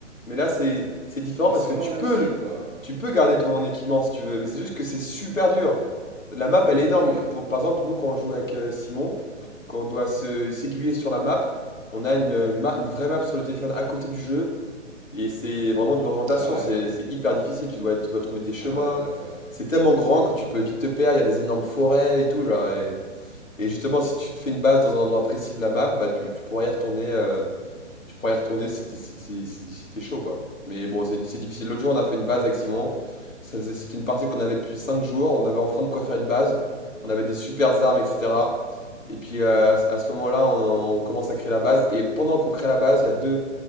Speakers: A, on the left; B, on the right.
A: Mais là c'est c'est différent
B: Mais
A: parce
B: c'est
A: que
B: vraiment
A: tu
B: réalistique
A: peux le-
B: quoi.
A: tu peux garder ton équipement si tu veux, mais c'est juste que c'est super dur. La map
B: Oui,
A: elle est énorme.
B: oui, oui.
A: Pour, par exemple, nous quand on joue avec euh, Simon, quand on doit se s'aiguiller sur la map, on a une, une, ma- une vraie map sur le téléphone à côté du jeu et c'est vraiment de l'orientation.
B: Ah ouais,
A: C'est c'est hyper difficile. Tu dois tu dois trouver des chemins.
B: ah ouais, d'accord.
A: C'est tellement grand que tu peux vite te perdre. Il y a des énormes forêts et tout genre. et- et justement, si tu te fais une base dans un endroit précis de la map, bah tu, tu pourras y retourner, euh, tu pourras y retourner si t'es si t'es- si- si t'es chaud, quoi. Mais bon, c'est c'est difficile. L'autre jour, on a fait une base avec Simon. Ça faisait- C'était une partie qu'on avait depuis 5 jours. On avait enfin de quoi faire une base. On avait des supers armes, etc. Et puis euh, à, ce à ce moment-là, on, on commence à créer la base. Et pendant qu'on crée la base, il y a deux,